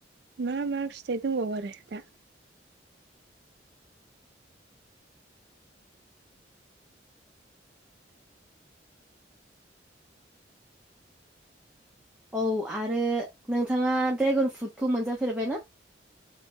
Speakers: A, on the right; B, in the centre.
A: मा मा फिथाइ दंबावो आरो दा
B: औ आरो नोंथाङा ड्रेगन फ्रुटखौ मोनजाफेरबाय ना? <inaudible>